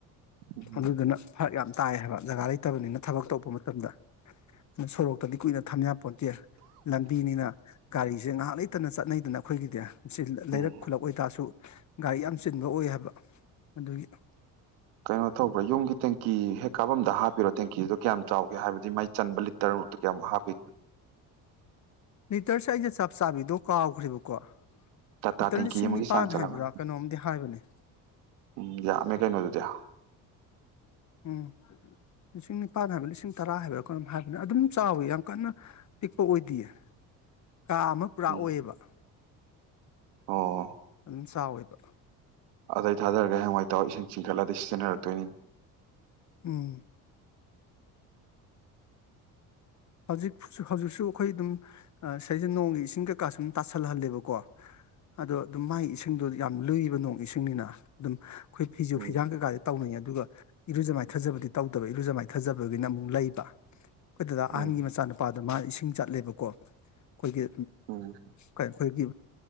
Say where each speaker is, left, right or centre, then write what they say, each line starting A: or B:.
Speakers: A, on the right (about 85°); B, on the left (about 45°).
A: ꯎꯝ
B: ꯑꯗꯨꯗꯨꯅ ꯐꯔꯛ ꯌꯥꯝ ꯇꯥꯏ ꯍꯥꯏꯕ ꯖꯒꯥ ꯂꯩꯇꯕꯅꯤꯅ ꯊꯕꯛ ꯇꯧꯕ ꯇꯝꯗ ꯑꯥ ꯁꯣꯔꯣꯛꯇꯗꯤ ꯀꯨꯏꯅ ꯊꯝꯌꯥꯄꯣꯠꯇꯦ ꯂꯝꯕꯤꯅꯤꯅ ꯒꯥꯔꯤꯁꯦ ꯉꯥꯏꯍꯥꯛ ꯂꯩꯇꯅ ꯆꯠꯅꯩꯗꯅ ꯑꯩꯈꯣꯏꯒꯤꯗꯤ ꯁꯤ ꯂꯩꯔꯛ
A: ꯎꯝ
B: ꯈꯨꯜꯂꯛ ꯑꯣꯏꯇꯥꯔꯁꯨ ꯒꯥꯔꯤ ꯌꯥꯝ ꯆꯤꯟꯕ ꯑꯣꯏ ꯍꯥꯏꯕ ꯑꯗꯨꯒꯤ
A: ꯀꯩꯅꯣ ꯇꯧꯕ꯭ꯔꯥ ꯌꯨꯝꯒꯤ ꯇꯦꯡꯀꯤ ꯍꯦꯛ ꯀꯥꯄꯝꯗ ꯍꯥꯞꯄꯤꯔꯣ ꯇꯦꯡꯀꯤꯗꯨꯗꯣ ꯀꯌꯥꯝ ꯆꯥꯎꯒꯦ ꯍꯥꯏꯕꯗꯤ ꯃꯥꯏ ꯆꯟꯕ ꯂꯤꯇꯔꯗ ꯀꯌꯥꯃꯨꯛ ꯍꯥꯞꯄꯤꯒꯦ
B: ꯂꯤꯇꯔꯁꯦ ꯑꯩꯁ ꯆꯞ ꯆꯥꯕꯤꯗꯣ ꯀꯥꯎꯈ꯭ꯔꯦꯕꯀꯣ
A: ꯇꯥꯇꯥ
B: ꯂꯤꯇꯔ
A: ꯇꯦꯡꯀꯤ
B: ꯂꯤꯁꯤꯡ
A: ꯑꯃꯒꯤ
B: ꯅꯤꯄꯥꯟ
A: ꯆꯥꯡ ꯆꯜꯂꯝꯒꯅꯤ
B: ꯍꯥꯏꯕ꯭ꯔꯥ ꯀꯩꯅꯣꯝꯗꯤ ꯍꯥꯏꯕꯅꯦ
A: ꯎꯝ ꯌꯥ ꯃ ꯀꯩ ꯅꯠꯇꯨ ꯇꯌꯥ
B: ꯎꯝ ꯂꯤꯁꯤꯡ ꯅꯤꯄꯥꯜ ꯍꯥꯏꯕꯥ ꯂꯤꯁꯤꯡ ꯇꯔꯥ ꯍꯥꯏꯕ꯭ꯔꯥ ꯀꯩꯅꯣꯝ ꯍꯥꯏꯕꯅꯦ ꯑꯗꯨꯝ ꯆꯥꯎꯋꯤ ꯌꯥꯝ ꯀꯥꯟꯅ ꯄꯤꯛꯄ ꯑꯣꯏꯗꯤꯌꯦ ꯀꯥ ꯑꯃ ꯄꯨꯔꯥ
A: ꯎꯝ
B: ꯑꯣꯏꯌꯦꯕ
A: ꯑꯣ
B: ꯌꯥꯝ ꯆꯥꯎꯋꯦꯕ
A: ꯑꯗꯩ ꯊꯥꯗꯔꯒ ꯍꯥꯌꯦꯡꯋꯥꯏ ꯇꯧꯔ ꯏꯁꯤꯡ ꯆꯤꯡꯈꯠꯂꯗꯤ ꯀꯥꯟꯅꯔꯛ ꯇꯣꯏꯅꯤ
B: ꯎꯝ ꯍꯧꯖꯤꯛ ꯍꯧꯖꯛꯁꯨ ꯑꯩꯈꯣꯏ ꯗꯨꯝ ꯁꯩꯁ ꯅꯣꯡꯒꯤ ꯏꯁꯤꯡ ꯀꯩꯀꯥ ꯁꯨꯝ ꯇꯥꯁꯜꯍꯜꯂꯦꯕꯀꯣ ꯑꯗꯣ ꯑꯗꯨꯝ ꯃꯥꯏ ꯏꯁꯤꯡꯗꯣ ꯌꯥꯝ ꯂꯨꯏꯌꯦ ꯅꯣꯡ ꯏꯁꯤꯡꯅꯤꯅ ꯑꯗꯨꯝ ꯑꯩꯈꯣꯏ ꯐꯤꯖꯨ
A: ꯎꯝ
B: ꯐꯤꯖꯥꯡ ꯀꯩꯀꯥꯥꯗꯤ ꯇꯧꯅꯩꯌꯦ ꯑꯗꯨꯒ꯫ ꯏꯔꯨꯖꯃꯥꯏꯊꯥꯖꯕꯗꯤ ꯇꯧꯗꯕ ꯏꯔꯨꯖ ꯃꯥꯏ ꯊꯥꯖꯕꯒꯤꯅ ꯑꯃꯨꯛ ꯂꯩꯕ ꯈꯣꯏꯗ꯫ ꯑꯍꯟꯒꯤ
A: ꯎꯝ
B: ꯃꯆꯥ ꯅꯨꯄꯥ꯫ ꯑꯗ ꯃꯥ ꯏꯁꯤꯡ ꯆꯠꯂꯦꯕꯀꯣ ꯑꯩꯈꯣꯏꯒꯤ
A: ꯎꯝ
B: ꯀꯩ꯫ ꯑꯩꯈꯣꯏꯒꯤ